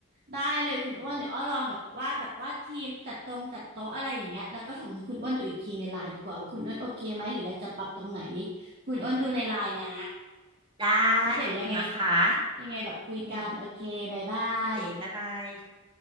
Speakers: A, on the right (about 50°); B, on the right (about 25°).
A: ได้เลยคุณอ้วนเดี๋ยวอ้อลองแบบวาดแบบวาดทีมจัดตรงจัดโต๊ะอะไรอย่างเงี้ยแล้วก็ส่งให้คุณอ้วนดูอีกทีในไลน์ดีกว่าว่าคุณอ้วนโอเคไหมหรืออยากจะปรับตรงไหนคุณอ้วนดูในไลน์นะ
B: ได้
A: แล้วเดี๋ยวยังไง
B: ขอบคุณนะคะ
A: ยังไงแบบคุยกันโอเคบายบาย
B: อืมโอเคบ๊ายบาย